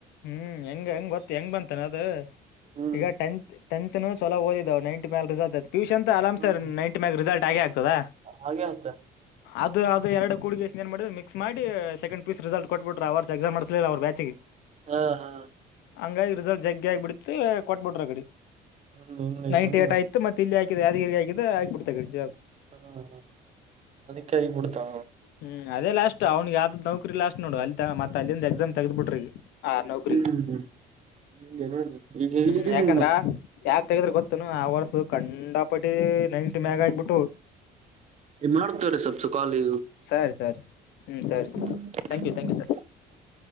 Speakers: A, on the left; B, on the right.
A: ಹ್ಮ್ ಹೆಂಗ ಹೆಂಗ್ ಗೊತ್ತ ಹೆಂಗ್ ಬಂತಾನ ಅದು
B: ಹ್ಮ್
A: ಈಗ ಟೆಂತ್ ಟೆಂತ್ ತ್ ಚಲೋಓದಿದ್ದವು ನೈಟಿ ಮಕ್ ರಿಸಲ್ತ್ ಪಿ ಯು ಸಿ ಅಂತೂ ಅರಾಮ
B: ಹ
A: ಸರ್ ನೈಂಿ ಮ್ಯಾಕ್ ರಿಸಲ್ಟ್ ಆಗೆ ಆಗ್ ತದ
B: ಹಾಗೆ ಆತ
A: ಅದು ಅದು ಎರಡು ಕುಡಿ ಕಾಯ್ಸಿಗಿಂದ್ ಏನ್ ಮಾಡ ಮಿಕ್ಸ್ ಮಾಡಿ second P U C result ಕೊಟ್ಬಿರ ಅವರ್ ಎಸ್ಸಲಿಲ್ಲ ಅವ್ರ ಬ್ಯಾಚ್ಗೆ
B: ಹಾ ಹಾ
A: ಹಂಗಾಗಿ ರಿಸಲ್ಟ್ ಜಗ್ಗಿ ಆಗಿ ಬಿಡತು ಕೊಟ್ಬಿಟ್ರ ಕಡೆ
B: ಹಂಗ ಹಿಂಗೈತನದು
A: ನೈಂಟಿ ಏಟ್ ಆಯ್ತು ಮತ್ತೆ ಇಲ್ಲಿ ಅಕ್ ಯಾದ್ಗೀರ್ <unintelligible>
B: <unintelligible>
A: ಹ್ಮ್ ಅದೇ ಲಾಸ್ಟ್ ಅವ್ನಿಗೆ ಯಾವ್ದ್ ನೌಕರಿ ಲಾಸ್ಟ್ ನೋಡ ಅ ಮತ್ತ ಅಲ್ಲಿಂದ ಎಕ್ಸಾಮ್ ತೆಗ್ ಬಿಟ್ರಿಗ. ಹ ನೌಕರಿ
B: ಹ್ಮ್ ಹಿಂಗೇನ ಈಗ
A: ಹ್ಮ್
B: ಈಗನ್
A: ಯಾಕಂದ್ರ ಯಾಕ ತಗದ್ರ ಗೊತ್ ತನು ಆ ವರ್ಸ ಕಂಡಾಪಟಿ ನೈಂಟ್ ಮ್ಯಾಗ ಆಗ್ಬಿಟ್ಟು.
B: ಮಾಡ್ತೇವ್ರೀ ಸ್ವಲ್ಪ್ ಸುಖಾಲಿ.
A: ಸರಿ ಸರಿ ಹ್ಮ್ ಸರಿ ಸರಿ
B: <unintelligible>
A: thank you thank you sir